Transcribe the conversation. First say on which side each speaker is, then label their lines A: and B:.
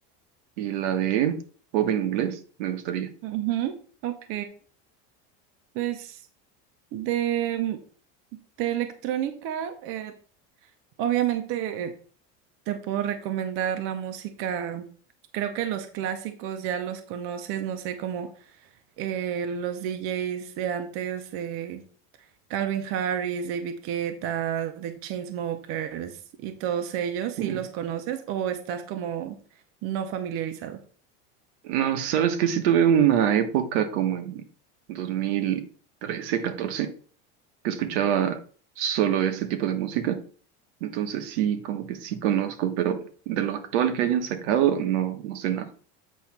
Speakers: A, on the right; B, on the right.
A: y la de pop en inglés me gustaría.
B: Ujú, ok, pues de, de electrónica, eh, obviamente Te puedo recomendar la música, creo que los clásicos ya los conoces, no sé, como eh, los DJs de antes, de Calvin Harris, David Guetta, The Chainsmokers y todos ellos, ¿sí
A: Mm.
B: los conoces o estás como no familiarizado?
A: No, sabes que sí tuve una época como en dos mil trece catorce que escuchaba solo ese tipo de música. Entonces sí, como que sí conozco, pero de lo actual que hayan sacado, no, no sé nada.